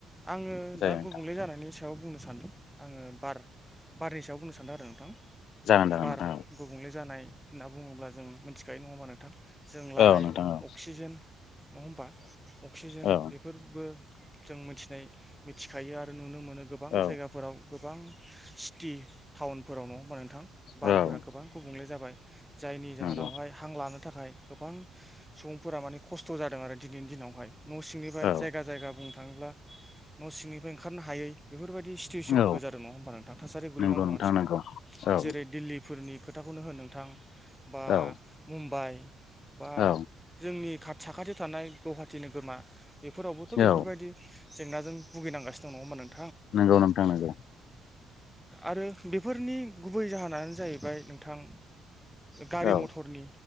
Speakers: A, in the centre; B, on the left (about 60°).
A: आङो
B: जायो
A: दा
B: नोंथां
A: गुबुंले जानायनि स याव बुंनो सानदों आङो बार बारनि सायाव बुंनो सान्दों आरो नोंथां।
B: जागोन जागोन
A: बार
B: नोंथां औ
A: गुबुंले जानाय होनना बुङोब्ला जों मोनथिखायो नङा होमबा नोंथां? जों लानाय
B: औ नोंथां औ
A: अक्सिजेन नङा होमबा अक्सिजेन
B: औ
A: बेफोरबो जों मोनथिनाय मिथिखायो आरो नुनो मोनो गोबां
B: औ
A: जायगाफोराव गोबां सिटि टाउनफोराव नङा होमबा नोंथां
B: औ
A: बारफोरा
B: औ
A: गोबां गुबुंले जाबाय जायनि जाहोनावहाय
B: नंगौ
A: हां लानो थाखाय गोबां सुबुंफोरा माने खस्थ' जादों आरो दिनैनि दिनावहाय न' सिंनिफ्राय
B: औ
A: जायगा जायगा बुंनो थाङोब्ला न' सिंनिफ्राय ओंख खारनो हायै बेफोरबायदि सिटुवेसनबो
B: औ
A: जादों नङा होमबा नोंथां थासारियाव गोलैनांदों
B: नंगौ नोंथां
A: मानसिफोरा
B: नंगौ औ
A: जेरै दैफोरनि खोथाखौनो होन नोंथां बा
B: औ
A: मुम्बाइ बा
B: औ
A: जोंनि खाथ साखाथियाव थानाय गुवाहाटि नोगोरमा बेफोरावबोथ' बेफोरबायदि
B: औ
A: जेंनाजों भुगिनांगासिनो दङ नङा होमबा नों
B: नंगौ नोंथां नोंगो।
A: आरो बेफोरनि गुबै जाहोनानो जाहैबाय नोंथां गारि
B: औ
A: मथरनि